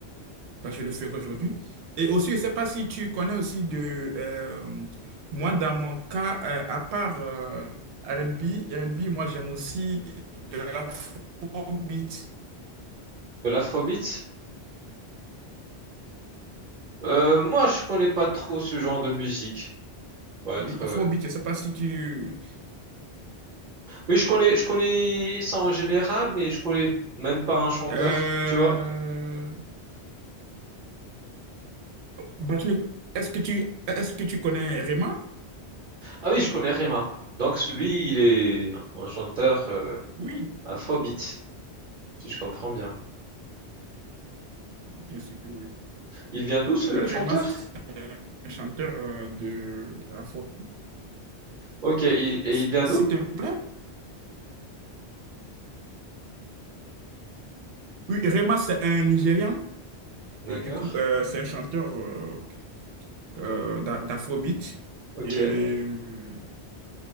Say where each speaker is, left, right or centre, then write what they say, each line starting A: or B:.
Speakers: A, on the right (about 75°); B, on the right (about 50°).
A: Bah, je le ferai aujourd'hui. Et aussi, je ne sais pas si tu connais aussi de... euh, moi, dans mon cas, euh, à part euh, R&B, R&B, moi, j'aime aussi de l'afrobeat.
B: De l'afrobeat, euh, moi, je connais pas trop ce genre de musique. pour être.
A: Oui, afrobeat,
B: euh,
A: je ne sais pas si tu...
B: Oui, je connais, je connais ça en général, mais je connais même pas un chanteur,
A: Euh,
B: tu vois.
A: bah, tu- est-ce que tu, est-ce que tu connais Rema?
B: Ah oui, je connais Rema. Donc lui, il est un chanteur euh,
A: Oui,
B: afrobeat, si je comprends bien.
A: bien sûr que oui.
B: Il vient d'où ce
A: Donc, Rema,
B: chanteur?
A: c'est un chanteur euh, de Afro.
B: Ok, il- et
A: S-
B: il vient
A: S'il
B: d'où?
A: te plaît. Oui, Rema, c'est un Nigérian.
B: D'accord.
A: Et du coup, euh, c'est un chanteur euh, euh, d'a- d'Afrobeat.
B: Ok.
A: Et, euh,